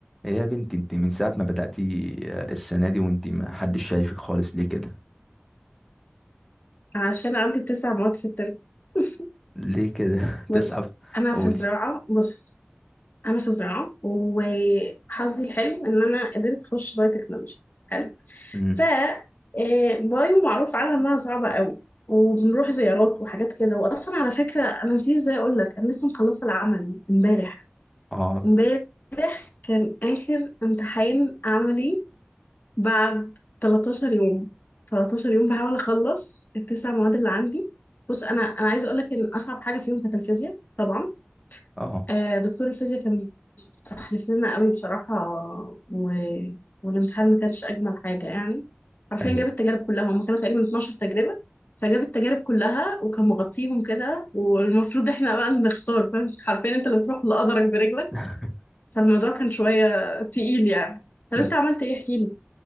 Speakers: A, in the centre; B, on the left.
A: إيه يا بنتي انت من ساعة ما بدأتي آه، السنة دي وانت ما حدش شايفك خالص ليه كده
B: عشان عندي تسع مواد في الترم <laughs>
A: ليه كده <laughs>
B: بص
A: تسعف
B: انا
A: قولي
B: في زراعه بص انا في زراعه وحظي الحلو ان انا قدرت اخش بايو تكنولوجي حلو
A: امم
B: ف آه، بايو معروف عنها انها صعبه قوي وبنروح زيارات وحاجات كده واصلا على فكره انا نسيت ازاي اقول لك انا لسه مخلصه العملي امبارح
A: اه
B: امبارح كان اخر امتحان عملي بعد 13 يوم 13 يوم بحاول اخلص التسع مواد اللي عندي بص انا انا عايزه اقول لك ان اصعب حاجه فيهم كانت الفيزياء طبعا
A: اه
B: آه، دكتور الفيزياء كان مستحلف لنا قوي بصراحه و... والامتحان ما كانش اجمل حاجه يعني حرفيا
A: ايوه
B: جاب التجارب كلها هم كانوا تقريبا 12 تجربه فجاب التجارب كلها وكان مغطيهم كده والمفروض احنا بقى اللي نختار فاهم حرفيا انت اللي تروح لقدرك برجلك
A: <laughs>
B: فالموضوع كان شويه تقيل يعني طب
A: مم.
B: انت عملت ايه احكي